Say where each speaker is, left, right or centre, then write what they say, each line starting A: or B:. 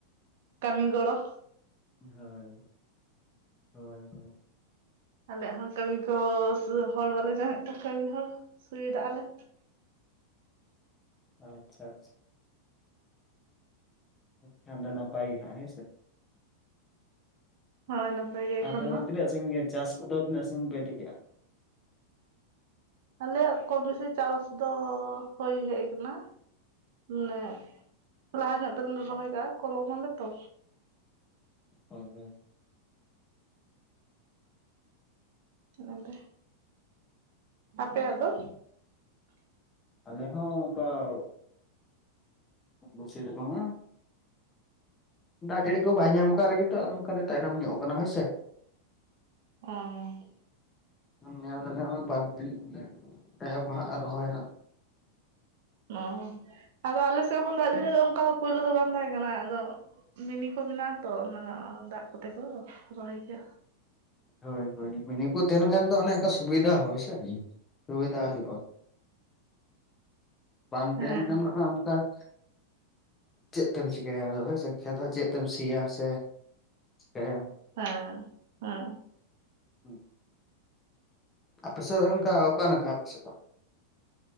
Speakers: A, on the right; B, on the left.
A: ᱠᱟᱹᱢᱤ ᱜᱚᱲᱚ।
B: ᱦᱳᱭ, ᱦᱳᱭ ᱦᱳᱭ।
A: ᱟᱞᱮᱭᱟᱜ ᱦᱚᱸ ᱠᱟᱹᱢᱤ ᱠᱚ ᱦᱚᱲ ᱵᱟᱞᱮ ᱧᱟᱢᱮᱫ ᱠᱚᱣᱟ, ᱠᱟᱹᱢᱤ ᱦᱚᱲ ᱥᱩᱵᱤᱫᱷᱟᱜ ᱟᱞᱮ।
B: ᱟᱪᱪᱷᱟ ᱟᱪᱪᱷᱟ᱾ ᱴᱷᱟᱱᱰᱟ <unintelligible> ᱫᱚ ᱱᱟᱯᱟᱭ ᱦᱟᱸᱜ᱾ ᱦᱮᱸ ᱥᱮ?
A: ᱦᱳᱭ ᱱᱟᱯᱟᱭ ᱜᱮ। ᱮᱠᱷᱚᱱ
B: ᱟᱨ ᱛᱟᱦᱟᱞᱮ
A: ᱫᱚ
B: ᱛᱤᱱᱟᱹᱜ ᱥᱟᱸᱜᱤᱧ ᱜᱮ, ᱪᱟᱥ ᱠᱚᱫᱚ ᱛᱤᱱᱟᱹᱜ ᱥᱟᱸᱜᱤᱧ ᱯᱮ ᱤᱫᱤ ᱠᱮᱜᱼᱟ?
A: ᱟᱞᱮᱭᱟᱜ ᱠᱚᱢ ᱵᱮᱥᱤ ᱪᱟᱥ ᱫᱚᱻ ᱦᱳᱭ ᱦᱮᱡ ᱟᱠᱟᱱᱟ। ᱢᱟᱱᱮ, ᱞᱟᱦᱟ ᱧᱚᱜ ᱛᱮᱜᱮ ᱞᱮ ᱨᱚᱦᱚᱭ ᱠᱟᱜᱼᱟ᱾ ᱠᱚᱞᱚᱢ ᱟᱞᱮ ᱛᱚ।
B: ᱦᱳᱭ ᱦᱳᱭ।
A: <inaudible> ᱚᱱᱟᱛᱮ। ᱟᱯᱮᱭᱟᱜ ᱫᱚ?
B: ᱟᱞᱮ ᱦᱚᱸ ᱚᱝᱠᱟ ᱼᱼ <unintelligible> ᱵᱩᱥᱤ ᱫᱚ ᱵᱟᱝᱟ। ᱫᱟᱜ ᱡᱟᱹᱲᱤ ᱠᱚ ᱵᱟᱭ ᱧᱟᱢ ᱠᱟᱜ ᱨᱮᱜᱮ ᱛᱚ ᱱᱚᱝᱠᱟ ᱛᱟᱭᱱᱚᱢ ᱧᱚᱜ ᱠᱟᱱᱟ। ᱦᱳᱭ ᱥᱮ?
A: ᱚᱸᱻ
B: ᱧᱮᱞ <unintelligible> ᱱᱚᱜᱼᱚᱭ ᱵᱟᱨ ᱫᱤᱱ <inaudible> ᱮᱦᱚᱵᱟ ᱦᱟᱸᱜ ᱨᱚᱦᱚᱭ ᱦᱟᱸᱜ᱾
A: ᱚᱸ, ᱟᱫᱚ ᱟᱞᱮ ᱥᱮᱫ ᱦᱚᱸ ᱫᱟᱜ ᱡᱟᱹᱲᱤ ᱚᱱᱠᱟ ᱫᱚ ᱯᱳᱭᱞᱳ ᱫᱚ ᱵᱟᱝ ᱛᱟᱦᱮᱸ ᱠᱟᱱᱟ᱾ ᱟᱫᱚ ᱼᱼ ᱢᱤᱱᱤ ᱠᱚ ᱢᱮᱱᱟᱜᱼᱟ ᱛᱚ, ᱚᱱᱟ ᱫᱟᱜ ᱠᱚᱛᱮ ᱠᱚ ᱨᱚᱦᱚᱭ ᱠᱮᱭᱟ।
B: ᱦᱳᱭ ᱦᱳᱭ ᱢᱤᱱᱤ ᱠᱚ ᱛᱟᱦᱮᱱ ᱠᱷᱟᱱ ᱫᱚ ᱚᱱᱮ ᱚᱱᱠᱟ ᱥᱩᱵᱤᱫᱷᱟ ᱦᱳᱭ ᱥᱮ᱾ ᱥᱩᱵᱤᱫᱷᱟ ᱦᱩᱭᱩᱜᱼᱟ। ᱵᱟᱝ
A: ᱦᱮᱸ
B: ᱛᱟᱦᱮᱱ ᱠᱷᱟᱱ ᱫᱚ ᱦᱟᱸᱜ <unintelligible> ᱚᱱᱠᱟ ᱼᱼ ᱪᱮᱫ ᱛᱮᱢ ᱪᱤᱠᱟᱹᱭᱟ ᱟᱫᱚ ᱦᱳᱭ ᱥᱮ? ᱠᱷᱮᱛ ᱦᱚᱸ ᱪᱮᱫ ᱛᱮᱢ ᱥᱤᱭᱟ ᱥᱮ ᱪᱤᱠᱟᱹᱭᱟᱢ?
A: ᱦᱮᱸ ᱦᱮᱸ।
B: ᱦᱮᱸ ᱟᱯᱮᱥᱮᱫ ᱚᱱᱠᱟ ᱚᱠᱟ ᱱᱟᱠᱷᱟ <unintelligible> ᱟᱞᱮᱥᱮᱫ ᱫᱚ?